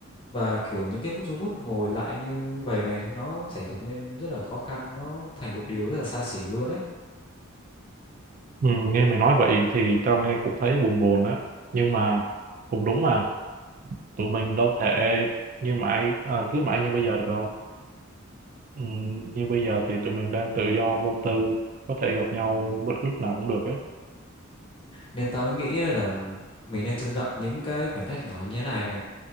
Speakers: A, on the left; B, on the right.
A: và kiểu những cái phút giây phút ngồi lại như vậy này nó sẽ trở nên rất là khó khăn nó thành một điều rất là xa xỉ luôn ấy
B: Ừ, nghe mày nói vậy thì tao nghe cũng thấy buồn buồn á nhưng mà cũng đúng mà tụi mình đâu thể như mãi à, cứ mãi như bây giờ được đâu ừ, như bây giờ thì tụi mình đang tự do vô tư có thể gặp nhau bất cứ lúc nào cũng được á
A: nên ta mới nghĩ là mình nên trân trọng những cái khoảnh khắc nhỏ như thế này này